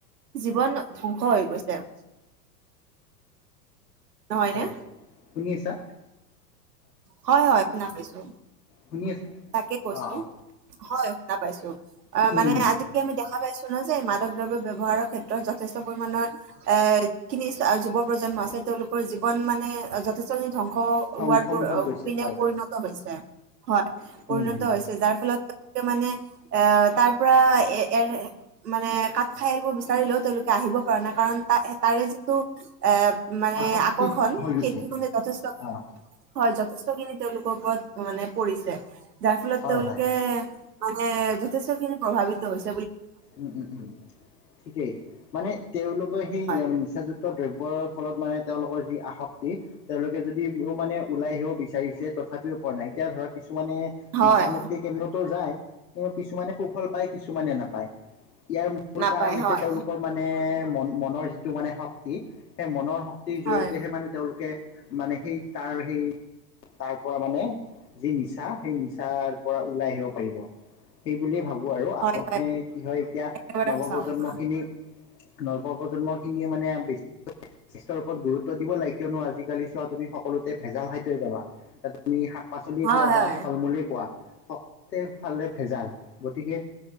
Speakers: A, on the right; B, on the left.
A: জীৱন ধ্বংস হৈ গৈছে। নহয়
B: হয়
A: নে
B: শুনি আছা
A: হয় হয় শুনা পাইছো
B: শুনি আছা
A: তাকে কৈছো
B: অ অ
A: হয় শুনা পাইছো অ
B: উম
A: মানে
B: উম।
A: আজি আমি দেখা পাইছো। শুনা যে এই মাদক দ্ৰব্য ব্যৱহাৰৰ ক্ষেত্ৰত যথেষ্ট পৰিমানৰ এ যিখিনি যুৱ প্ৰজন্ম আছে তেওঁলোকৰ জীৱন মানে যথেষ্ট ধ্বংস হোৱাৰ
B: ধ্বংসমুখত
A: প
B: গৈছে
A: পিনে
B: হয়।
A: পৰিণত হৈছে, হয় পৰিণত
B: উম উম
A: হৈছে যাৰ ফলত লোক মানে এ তাৰ পৰা এ এ মানে কাঠ খাই এইবোৰ বিচাৰিলেও তেওঁলোক কে আহিব পৰা নাই কাৰণ ত তাৰে যিটো এ মানে
B: আসক্তিত
A: আকৰ্ষণ
B: হৈ গৈছে
A: সেইটো মানে যথেষ্ট
B: অ'।
A: হয় যথে ষ্টখিনি তেওঁলোকৰ ওপৰত মানে পৰিছে যাৰ ফলত
B: হয়
A: তেওঁলোকে
B: হয়।
A: মানে যথেষ্টখিনি প্ৰভাৱিত হৈছ
B: উম উম উম ঠিকেই। মানে তেওঁলোকৰ সেই
A: হয়
B: নিচাযুক্ত দ্ৰব্যৰ ফলত মানে তেওঁলোকৰ যি আসক্তি তেওঁলোক যদিও মানে ওলাই আহিব বিচাৰিছে তথাপিও পোৱা নাই এতিয়া ধৰক কিছু মানে
A: হয়
B: নিছামুক্তি কেন্দ্ৰতো যায় কিছুমানে সুফল পায় কিছুমানে নাপায়। ইয়াৰ মূল
A: নাপায়
B: কাৰণ হৈছে
A: হয়
B: তেওঁলোকৰ মানে মন মনৰ যিটো মানে শক্তি সেই মনৰ শ ক্তী জৰিয়তেহে
A: হয়
B: মানে তেওঁলোকে মানে সেই তাৰ সেই তাৰ পৰা মানে যি নিচ চা সেই নিচাৰ পৰা ওলাই আহিব পাৰিব সেই বুলিয়ে ভাবোঁ। আৰু আৰু
A: হয়
B: মান
A: হয়
B: কি হয় এতিয়া
A: একেবাৰে
B: নৱ
A: সঁচা
B: প্ৰজন্ম
A: কথা
B: খিনি নৱপ্ৰন্মখিনিয়ে মানে বেছি স্বাস্থ্যৰ ওপৰত গুৰুত্ব দিব লাগে কিয়নো আজিকালি চোৱা তুমি সকলোতে ভেজাল খাদ্যই পাবা আমি শাক- পাচলিয়ে
A: হয়
B: কোৱা বা
A: হয়
B: ফল মূলেই কোৱা সকলে ভালে ভেজাল গতিকে